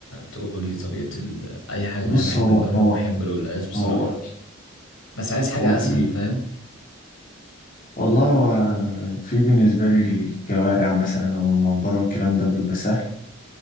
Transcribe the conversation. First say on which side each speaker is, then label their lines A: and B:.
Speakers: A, on the left; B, on the left.
A: تقول لي طريقة ال... أي حاجة
B: بص
A: أنا بحب
B: هو
A: البامية
B: هو
A: وبحب القلقاس بصراحة
B: هو
A: بس عايز حاجة
B: هو في
A: أسهل فاهم
B: والله هو في بالنسبة لي الكوارع مثلا والممبار والكلام ده بيبقى سهل